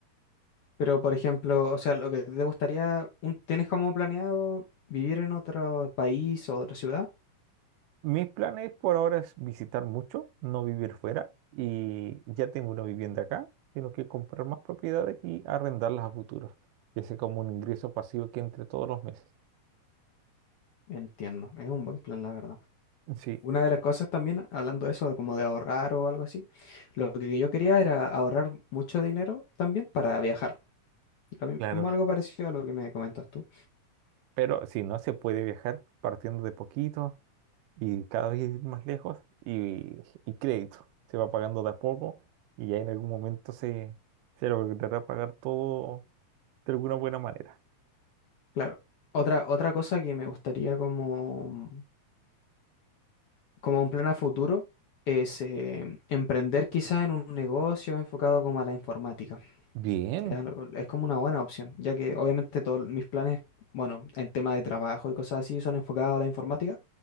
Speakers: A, on the left; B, on the right.
A: Pero, por ejemplo, o sea, lo que te gustaría, un- ¿tienes como planeado vivir en otro país o otra ciudad?
B: Mis planes por ahora es visitar mucho, no vivir fuera y ya tengo una vivienda acá, sino que comprar más propiedades y arrendarlas a futuro, que sea como un ingreso pasivo que entre todos los meses.
A: Entiendo, es un buen plan, la verdad.
B: Sí,
A: Una de las cosas también, hablando de eso, de como de ahorrar o algo así, lo que yo quería era ahorrar mucho dinero también para viajar. Lo mismo,
B: claro.
A: algo parecido a lo que me comentas tú.
B: Pero si no, se puede viajar partiendo de poquito y cada vez ir más lejos y, y crédito. Se va pagando de a poco y ya en algún momento se, se logrará pagar todo de alguna buena manera.
A: Claro. Otra, otra cosa que me gustaría como, como un plan a futuro es eh, emprender quizás en un negocio enfocado como a la informática.
B: Bien,
A: Era lo- Es, como una buena opción, ya que obviamente todos mis planes, bueno, en tema de trabajo y cosas así son enfocados a la informática